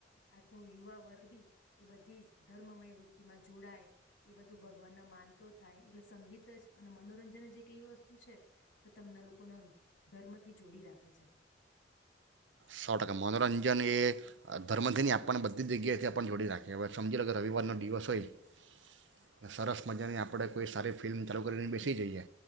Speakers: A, on the left; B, on the right.
A: આ તો યુવા વર્ગ બી એ બધી ધર્મમય વૃત્તિમાં જોડાય એ બધું ભગવાન ન માનતો થાય એટલે સંગીત જ અને મનોરંજન જે કેવી વસ્તુ છે કે તમને લોકો ધર્મ થી જોડી રાખે છે.
B: સો ટકા મનોરંજન એ ધર્મથી નહી આપણને બધી જ જગ્યાએથી આપણ જોડી નાખીએ હવે સમજી લો કે રવિવારનો દિવસ હોય સરસ મજાની આપણે કોઈ સારી ફિલ્મ ચાલુ કરીને બેસી જઈએ